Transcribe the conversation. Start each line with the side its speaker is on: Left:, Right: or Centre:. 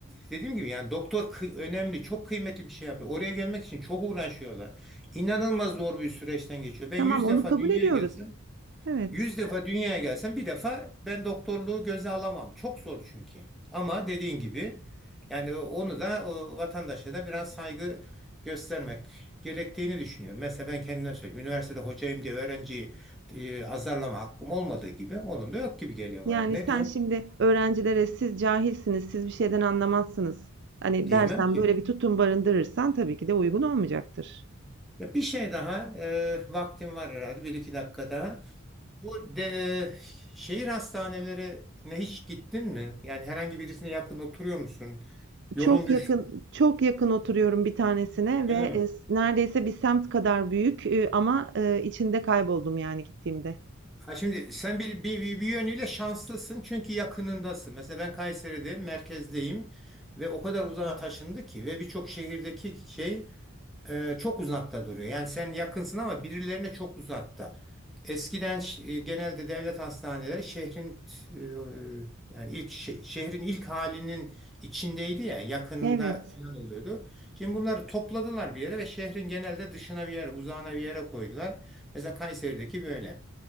Centre: dediğim gibi yani doktor kı- önemli, çok kıymetli bir şey yapıyor. Oraya gelmek için çok uğraşıyorlar. İnanılmaz zor bir süreçten geçiyor. Ben
Right: Tamam,
Centre: yüz
Right: onu
Centre: defa
Right: kabul
Centre: dünyaya
Right: ediyoruz.
Centre: gelsem
Right: Evet.
Centre: Yüz defa dünyaya gelsen bir defa ben doktorluğu göze alamam. Çok zor çünkü. Ama dediğin gibi yani onu da o vatandaşa da biraz saygı göstermek gerektiğini düşünüyorum. Mesela ben kendime söyleyeyim. Üniversitede hocayım diye öğrenciyi e, azarlama hakkım olmadığı gibi onun da yok gibi geliyor
Right: Yani
Centre: bana. Ne
Right: sen
Centre: diyorum?
Right: şimdi öğrencilere siz cahilsiniz, siz bir şeyden anlamazsınız. Hani
Centre: Diyemem
Right: dersen
Centre: ki.
Right: böyle bir tutum barındırırsan tabii ki de uygun olmayacaktır.
Centre: Ya bir şey daha e, vaktim var herhalde bir iki dakika daha. Bu de, şehir hastanelerine hiç gittin mi? Yani herhangi birisine yakın oturuyor musun? Yolun
Right: Çok
Centre: düştü.
Right: yakın
Centre: mü?
Right: çok yakın oturuyorum bir tanesine
Centre: Öyle
Right: ve,
Centre: mi?
Right: eee, s neredeyse bir semt kadar büyük, eee, ama, eee, içinde kayboldum yani gittiğimde.
Centre: Ha, şimdi sen bir, bir, bir bir yönüyle şanslısın çünkü yakınındasın. Mesela ben Kayseri'de merkezdeyim ve o kadar uzağa taşındı ki ve birçok şehirdeki şey e, çok uzakta duruyor. Yani sen yakınsın ama birilerine çok uzakta. Eskiden ş- e, genelde devlet hastaneleri şehrin e, yani ilk şe- şehrin ilk halinin içindeydi ya yakınında
Right: Evet,
Centre: falan oluyordu. Şimdi bunları topladılar bir yere ve şehrin genelde dışına bir yere, uzağına bir yere koydular. Mesela Kayseri'deki böyle.